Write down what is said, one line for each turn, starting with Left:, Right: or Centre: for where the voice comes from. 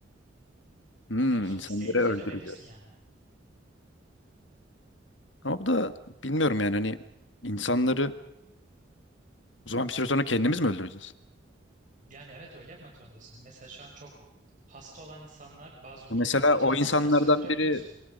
Left: Hmm,
Right: Anlıyor musun?
Left: insanları
Right: İsteğin üzerine
Left: öldüreceğiz.
Right: ölebilirsin yani.
Left: Ama bu da bilmiyorum yani hani insanları O zaman bir süre sonra kendimiz mi öldüreceğiz?
Right: Yani evet öyle yapmak zorundasın. Mesela şu an çok hasta olan insanlar bazı ülkelerde
Left: Mesela
Right: ötenazi
Left: o insanlardan
Right: isterse öldürebiliyorsun.
Left: biri